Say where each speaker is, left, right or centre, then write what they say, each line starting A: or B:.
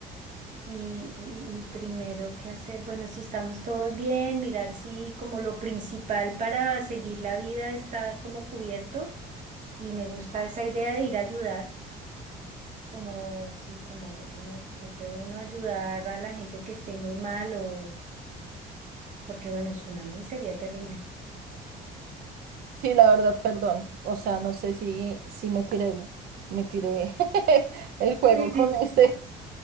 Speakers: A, on the right; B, on the right.
A: Y, y- y primero, ¿qué hacer? Bueno, si estamos todos bien, mirar si como lo principal para seguir la vida está como cubierto. Y me gusta esa idea de ir a ayudar, como, sí, como, bueno, que puede uno ayudar a la gente que esté muy mal o, porque bueno, tsunami sería terrible.
B: sí, la verdad, perdón. O sea, no sé si, si me tiré el, me tiré <laughs> el juego
A: <laughs>
B: con este.